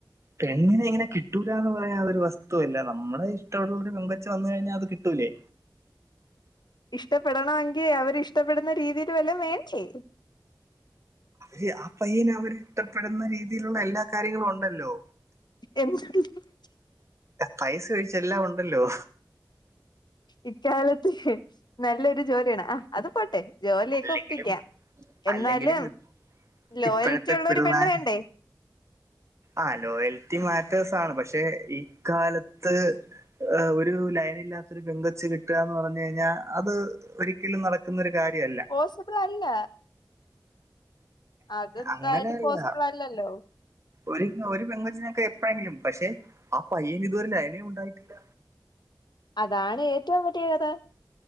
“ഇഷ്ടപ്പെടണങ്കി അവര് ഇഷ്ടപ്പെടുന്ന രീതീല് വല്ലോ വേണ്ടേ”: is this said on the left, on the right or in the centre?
Left